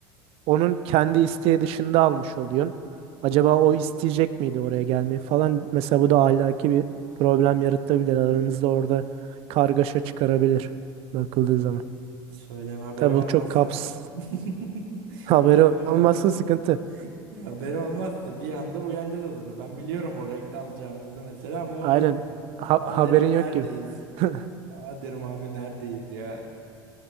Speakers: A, on the right (about 50°); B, on the right (about 65°).
A: onun kendi isteği dışında almış oluyorsun. Acaba o isteyecek miydi oraya gelmeyi falan. Mesela bu da ahlaki bir problem yaratabilir. Aranızda orada kargaşa çıkarabilir bakıldığı zaman.
B: Söyleme haberi
A: Tabii
B: olmazsa
A: bu çok kaps
B: <laughs>
A: <laughs> haberi
B: Söylemez.
A: olmasın sıkıntı.
B: Ya haberi olmazsa bir anda uyanacağız odada. Ben biliyorum oraya kalacağımızı mesela ama
A: Aynen
B: o bilmiyor.
A: ha-
B: Aa
A: haberin
B: derim
A: yok
B: neredeyiz?
A: gibi. <laughs>
B: Aa derim abi neredeyiz ya?